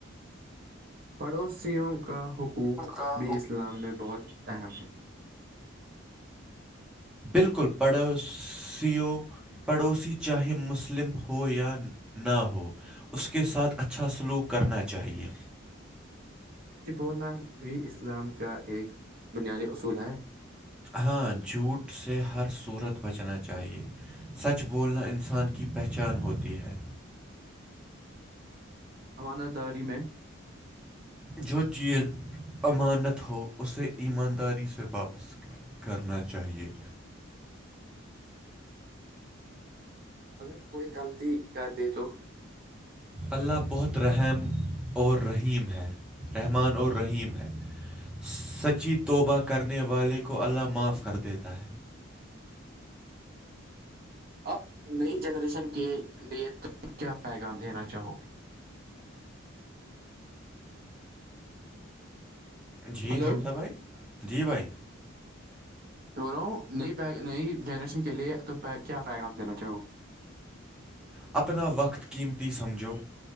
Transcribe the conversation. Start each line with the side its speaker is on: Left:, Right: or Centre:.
Right: پڑوسیوں کا حقوق
Centre: کا
Right: بھی
Centre: ہو
Right: اسلام میں بہت اہم ہے
Centre: بالکل پڑھو سیو پڑوسی چاہے مسلم ہو یا نہ ہو اس کے ساتھ اچھا سلوک کرنا چاہیے
Right: یہ بولنا بھی اسلام کا ایک بنیادی اصول ہے
Centre: ہاں جھوٹ سے ہر صورت بچنا چاہیے سچ بولنا انسان کی پہچان ہوتی ہے
Right: حمانہ داری میں
Centre: جو چیز امانت ہو اسے ایمانداری سے واپس کرنا چاہیے
Right: اگر کوئی غلطی کر دے تو
Centre: اللہ بہت رحم اور رحیم ہے رحمان اور رحیم ہے سچی توبہ کرنے والے کو اللہ معاف کر دیتا ہے
Right: اب نئی جنریشن کے لیے تم کیا پیغام دینا چاہو گے
Centre: جی
Right: ہلو
Centre: حمزہ بھائی جی بھائی
Right: بول رہا ہوں نئی نئی جنریشن کے لیے تم کیا پیغام دینا چاہو گے
Centre: اپنا وقت قیمتی سمجھو